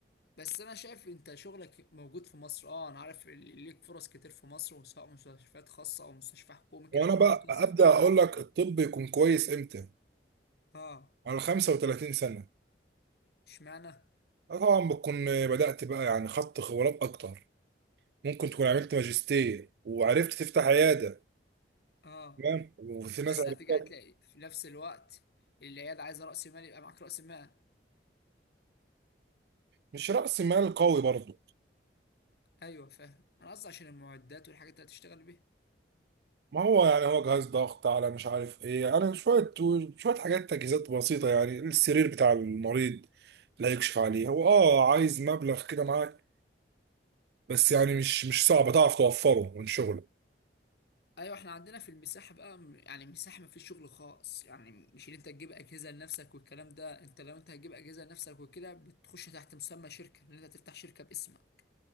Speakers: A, on the left; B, on the right.
A: بس انا شايف انت شغلك موجود في مصر اه انا عارف اللي ليك فرص كتير في مصر وسواء مستشفيات خاصه او مستشفى حكومي كده
B: وانا
A: كمان
B: بقى
A: هو توظف
B: ابدا
A: حكومي
B: اقول لك الطب يكون كويس امتى
A: اه
B: على 35 سنه
A: اشمعنى
B: آه طبعا بتكون بدأت بقى يعني خدت خبرات أكتر ممكن تكون عملت ماجستير وعرفت تفتح عيادة
A: اه
B: تمام وفي ناس
A: بس
B: عرفتها
A: هتيجي هتلاقي في نفس الوقت العياده عايزه راس مال يبقى معاك راس مال
B: مش رأس مال قوي برضه
A: ايوه فاهم انا قصدي عشان المعدات والحاجات اللي هتشتغل بيها
B: ما هو يعني هو جهاز ضغط على مش عارف ايه انا شوية شوية حاجات تجهيزات بسيطة يعني السرير بتاع المريض اللي هيكشف عليه هو اه عايز مبلغ كده معاك بس يعني مش مش صعب تعرف توفره من شغلك
A: ايوه احنا عندنا في المساحه بقى م- يعني المساحه ما فيش شغل خاص يعني مش ان انت تجيب اجهزه لنفسك والكلام ده انت لو انت هتجيب اجهزه لنفسك وكده بتخش تحت مسمى شركه لان انت تفتح شركه باسمك